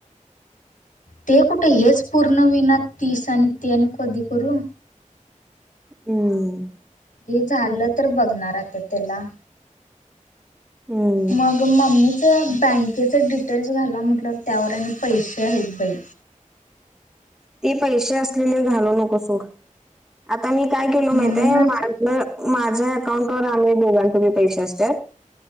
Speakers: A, on the left (about 85°); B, in the centre.
A: ते कुठे हेच पूर्ण होईना तीस आणि ते आणि कधी करू
B: हम्म.
A: हे झालं तर बघणार आता त्याला.
B: हम्म
A: मग मम्मीच बँकेच डिटेल्स घाला म्हटल्यावर त्यांवर आणि पैशे आहेत बाई.
B: ते पैशे असलेले घालू नकोस तू, आता मी काय केलो
A: म्हणूनच
B: माहितय मा म अ माझ्या अकाउंटवर आमच्या दोघांचे बी पैसे असत्यात